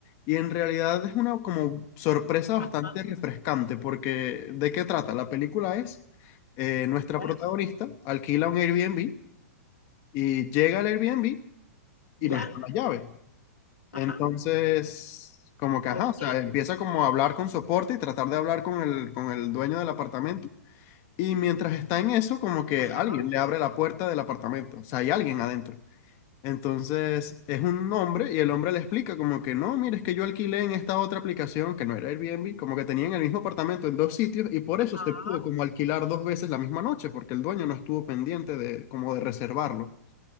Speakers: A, on the left; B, on the left.
A: Y en realidad es una como sorpresa
B: ajá,
A: bastante refrescante, porque ¿de qué trata? La película es, eh, nuestra
B: ya,
A: protagonista alquila un Airbnb y llega al Airbnb y
B: ya,
A: no está la llave. Entonces,
B: ajá,
A: como que,
B: ok,
A: ajá, o sea, empieza como a hablar con soporte y tratar de hablar con el, con el dueño del apartamento. Y mientras está en eso, como que
B: ajá,
A: alguien le abre la puerta del apartamento, o sea, hay alguien adentro. Entonces, es un hombre y el hombre le explica como que, no, mire, es que yo alquilé en esta otra aplicación que no era Airbnb, como que tenían el mismo apartamento en dos sitios y por
B: ajá,
A: eso se pudo como alquilar dos veces la misma noche, porque el dueño no estuvo pendiente de como de reservarlo.